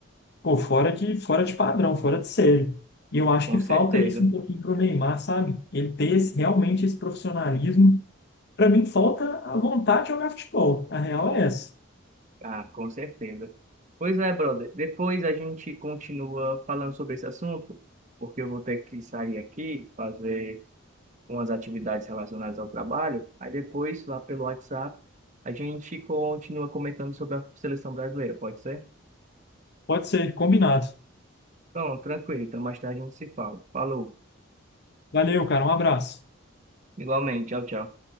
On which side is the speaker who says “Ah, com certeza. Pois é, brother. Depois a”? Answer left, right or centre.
Right